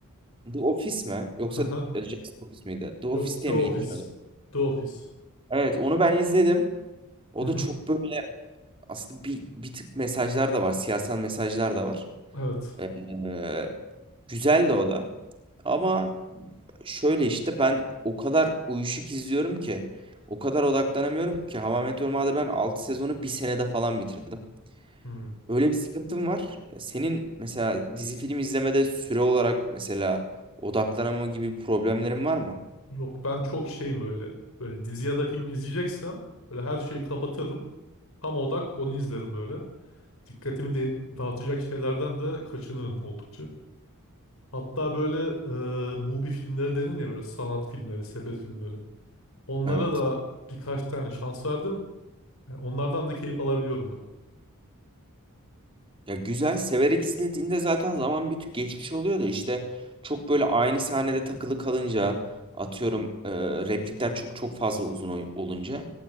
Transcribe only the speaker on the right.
The Office mi? Yoksa
e, Just Office miydi? The
Office diye
mi geçiyordu?
Evet, onu ben izledim. O
da çok böyle aslında bir, bir tık mesajlar da var. Siyasal mesajlar da var.
Ee, güzel de o da. Ama şöyle işte ben o kadar uyuşuk izliyorum ki o kadar odaklanamıyorum ki Hava Meteor Mother'ı ben 6 sezonu bir senede falan bitirdim.
Öyle bir sıkıntım var. Senin mesela dizi film izlemede süre olarak mesela odaklanama gibi bir problemlerin var mı?
Evet.
Ya güzel severek izlediğinde zaten zaman bir tık geçmiş oluyor da işte çok böyle aynı sahnede takılı kalınca atıyorum e, replikler çok çok fazla uzun ol- olunca